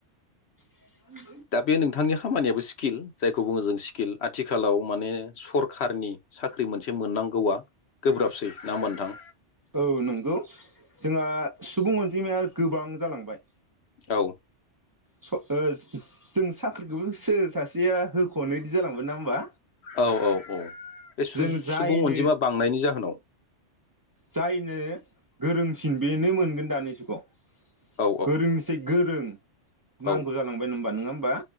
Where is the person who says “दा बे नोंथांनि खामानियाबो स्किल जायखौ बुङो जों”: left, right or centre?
Left